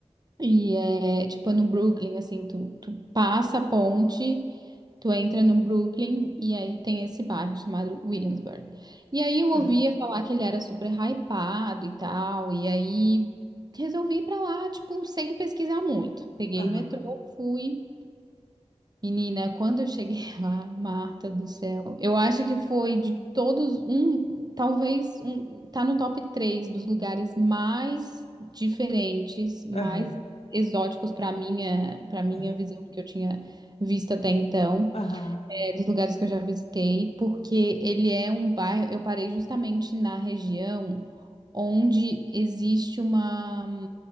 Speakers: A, on the right; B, on the left.
A: E é tipo é no Brooklyn, assim, tu, tu passa a ponte, tu entra no Brooklyn e aí tem esse bairro chamado Williamsburg. E aí eu ouvia
B: Aham.
A: falar que ele era super hypado e tal, e aí resolvi ir pra lá, tipo, sem pesquisar muito. Peguei
B: Aham.
A: o metrô, fui. Menina, quando eu cheguei <laughs> lá, Marta do céu, eu acho que foi de todos um, talvez um, tá no top 3 dos lugares mais diferentes, mais
B: Aham.
A: exóticos para minha, para minha
B: Aham.
A: visão que eu tinha visto até então
B: Aham.
A: dos lugares que eu já visitei, porque ele é um bairro. Eu parei justamente na região onde existe uma,